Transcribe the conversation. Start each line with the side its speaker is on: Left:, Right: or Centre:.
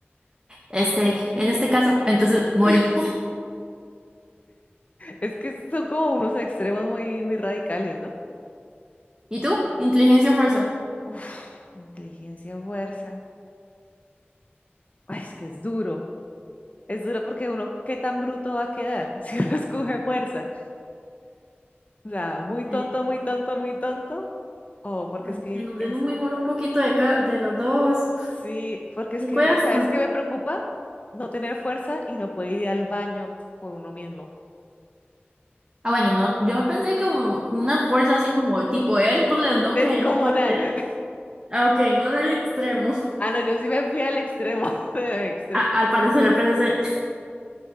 Right: Este, en este caso, entonces morí.
Left: <laughs> Es que son como unos extremos muy, muy radicales, ¿no?
Right: ¿Y tú? ¿Inteligencia o fuerza?
Left: Uf, inteligencia, fuerza. Ay, es que es duro. Es duro porque uno, ¿qué tan bruto va a quedar <laughs> si uno escoge fuerza? O sea, muy
Right: Eh,
Left: tonto, muy tonto, muy tonto. O porque
Right: Ay,
Left: es que
Right: que nos
Left: es,
Right: den un mejor un poquito de, ca- de las dos.
Left: sí, porque es
Right: Me
Left: que,
Right: cuesta.
Left: ¿sabes qué me preocupa? No tener fuerza y no poder ir al baño por uno mismo.
Right: Ah, bueno, no, yo pensé como con una fuerza así como tipo Hércules, ¿no?
Left: Descomunal.
Right: Que no puede ser.
Left: <laughs>
Right: Ah, ok, no del extremo.
Left: Ah, no, yo sí me fui al extremo, <laughs> del extremo.
Right: A- al parecer, al parecer.